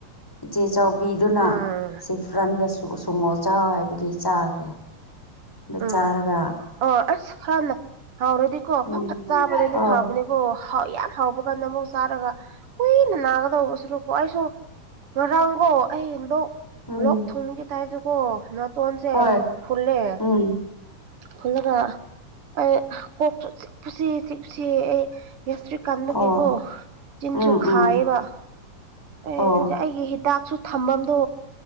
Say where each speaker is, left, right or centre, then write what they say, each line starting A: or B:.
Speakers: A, in the centre; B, on the right.
A: ꯏꯆꯦ ꯆꯧꯕꯤꯗꯨꯅ
B: ꯎꯝ
A: ꯁꯤꯐ꯭ꯔꯟꯒ ꯁꯨ ꯁꯨꯝꯃꯣ ꯆꯥꯎ ꯍꯥꯏꯕꯒꯤ ꯆꯥꯈ꯭ꯔꯦ ꯑꯗꯨ
B: ꯎꯝ
A: ꯆꯥꯔꯒ
B: ꯑꯣ ꯑꯁ ꯈꯔꯅ ꯍꯥꯎꯔꯗꯤꯀꯣ ꯐꯠ
A: ꯎꯝ
B: ꯐꯠ ꯆꯥꯕꯗꯗꯤ
A: ꯑꯣ
B: ꯐꯕꯅꯤꯀꯣ ꯍꯥꯎ ꯌꯥꯝ ꯍꯥꯎꯕ ꯕꯅꯥ ꯑꯃꯨꯛ ꯆꯥꯔꯒ ꯀꯨꯏꯅ ꯅꯥꯒꯗꯧꯕ ꯁꯔꯨꯛꯄꯨ ꯑꯩꯁꯨ ꯉꯔꯥꯡꯒꯣ ꯑꯩ ꯂꯣꯛ
A: ꯎꯝ
B: ꯂꯣꯛ ꯊꯨꯡꯒꯦ ꯇꯥꯏꯞꯇꯀꯣ ꯅꯥꯠ ꯇꯣꯟꯁꯦ
A: ꯍꯣꯏ
B: ꯐꯨꯜꯂꯦ
A: ꯎꯝ
B: ꯐꯨꯜꯂꯒ ꯑꯩ ꯀꯣꯛꯁꯨ ꯆꯤꯛꯄꯁꯤ ꯆꯤꯛꯄꯁꯤ ꯑꯩ ꯒ꯭ꯌꯥꯁꯇ꯭ꯔꯤ ꯀꯟꯕꯒꯤꯀꯣ
A: ꯑꯣ
B: ꯆꯤꯟꯁꯨ
A: ꯎꯝ
B: ꯈꯥꯏꯌꯦꯕ
A: ꯎꯝ
B: ꯑꯦ
A: ꯑꯣ
B: ꯑꯗꯨꯒꯤ ꯑꯩꯒꯤ ꯍꯤꯗꯥꯛꯁꯨ ꯊꯝꯕꯝꯗꯣ